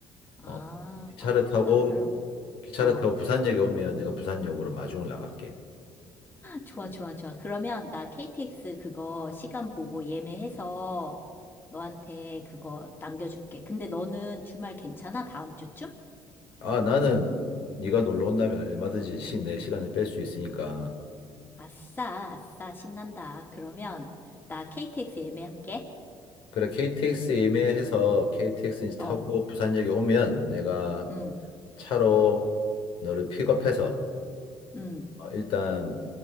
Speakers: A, on the left (about 25°); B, on the left (about 75°).
A: 아,
B: 어, 기차를
A: 아,
B: 타고
A: 나 그럼.
B: 기차를
A: 어,
B: 타고 부산역에 오면 내가 부산역으로 마중을 나갈게.
A: 좋아, 좋아, 좋아. 그러면 나 KTX 그거 시간 보고 예매해서 너한테 그거 남겨줄게. 근데 너는 주말 괜찮아? 다음 주쯤?
B: 아, 나는 네가 놀러 온다면 얼마든지 시, 내 시간을 뺄 수 있으니까.
A: 아싸, 아싸, 신난다. 그러면 나 KTX 예매할게.
B: 그래, KTX 예매해서 KTX 이제
A: 어,
B: 타고 부산역에 오면 내가
A: 음,
B: 차로 너를 픽업해서
A: 음,
B: 어, 일단